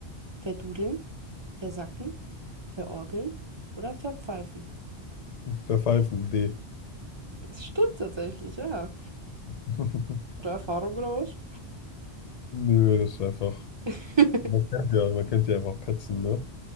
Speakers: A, on the right; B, on the left.
A: Verdudeln, versacken, verorgeln oder verpfeifen?
B: Verpfeifen, D.
A: Das stimmt tatsächlich, ja.
B: <laughs>
A: Oder Erfahrung raus.
B: Nö, das ist einfach.
A: <laughs>
B: Man kennt ja, man kennt ja einfach Petzen, ne?